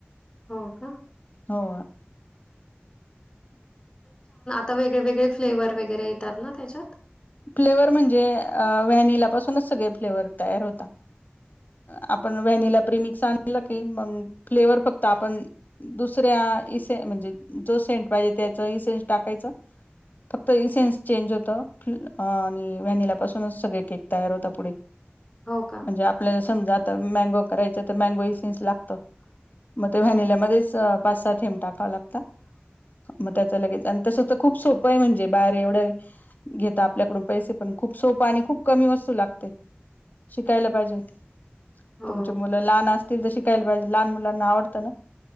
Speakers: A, on the left; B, on the left.
A: हो का?
B: हो...
A: ता वेगळे वेगळे फ्लेवर वगैरे येतात ना त्याच्यात?
B: फ्लेवर म्हणजे व्हॅनिला पासूनच सगळे फ्लेवर तयार होता. आपण व्हॅनिला प्रमिक्स आणलं कि मंग फ्लेवर फक्त आपण दुसर्‍या हा इसेन्स म्हणजे जो सेंट पाहीजे त्याच इसेंन्स् टाकायचं. फक्त इसेन्स चेंज होतं. ह आणि व्हॅनिला पासूनच सगळे केक तयार होता पुढे
A: हो का?
B: म्हणजे आपल्या समजा आता मँगो करायचं तर मँगो इसेंन्स लागतं. मग ते व्हॅनिलमध्येच पाच सात थेंब टाकावं लागतात. मग त्याच लगेच आणि तस तर खूप सोपंय म्हणजे बाहेर एवढं घेता. आपल्याकडून पैसे पण खूप सोपा आणि खूप कमी वस्तू लागते शिकायला पाहिजे.
A: हो,
B: तुमचे मुलं लहान असतील तर शिकायला पाहिजे लहान मुलांना आवडतं ना